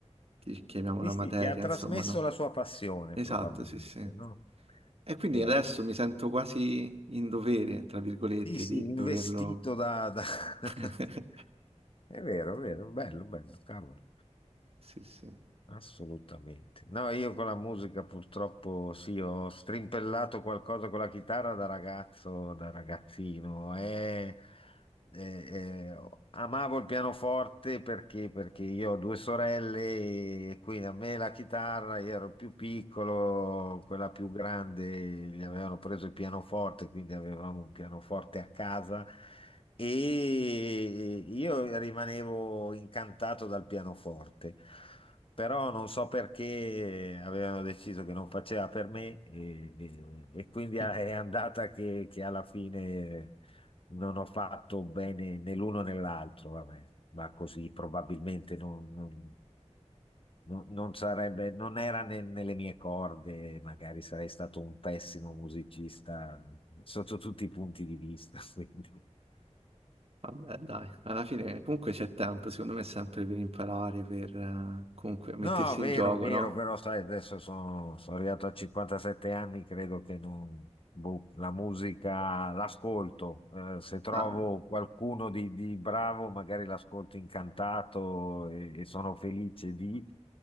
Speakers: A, on the right (about 55°); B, on the left (about 50°).
A: chi- chiamiamola
B: Sì, sì,
A: materia,
B: ti ha trasmesso
A: insomma, no?
B: la sua passione,
A: Esatto,
B: probabilmente,
A: sì, sì.
B: no?
A: E quindi
B: E,
A: adesso mi sento quasi in dovere, tra virgolette,
B: sì, sì,
A: di
B: investito
A: doverlo...
B: da... da- <laughs>
A: <laughs>
B: È vero, è vero, bello, bello, cavolo.
A: Sì, sì.
B: Assolutamente. No, io con la musica purtroppo sì, ho strimpellato qualcosa con la chitarra da ragazzo, da ragazzino. E, e- e amavo il pianoforte perché, perché io ho due sorelle e quindi a me la chitarra, io ero più piccolo, quella più grande gli avevano preso il pianoforte, quindi avevamo un pianoforte a casa. E io rimanevo incantato dal pianoforte però non so perché avevano deciso che non faceva per me e, e- e quindi
A: <laughs>
B: è andata che, che alla fine non ho fatto bene né l'uno né l'altro, vabbè. ma così probabilmente non, non- non- non sarebbe, non era ne- nelle mie corde, magari sarei stato un pessimo musicista sotto tutti i punti di vista, <laughs> quindi.
A: Vabbè, dai, alla fine comunque c'è tempo, secondo me è sempre per imparare, per eh, comunque mettersi
B: No, vero,
A: in gioco,
B: vero,
A: no?
B: però sai, adesso sono, sono arrivato a 57 anni, credo che non, boh, la musica l'ascolto. Eh, se trovo
A: Ah,
B: qualcuno di, di bravo, magari l'ascolto incantato e, e sono felice di,